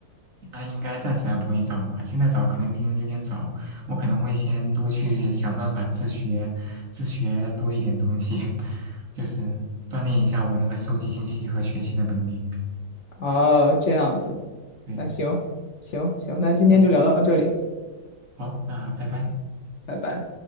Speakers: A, on the right; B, on the left.
A: 那应该暂时还不会找嘛，现在找可能别人有点早，我可能会先多去想办法自学，自学多一点东西，<laughs> 就是锻炼一下我那个收集信息和学习的能力。
B: 啊，这样子，
A: 对，
B: 那行行行，那今天就聊到这里，
A: 好，好，那拜拜。
B: 拜拜。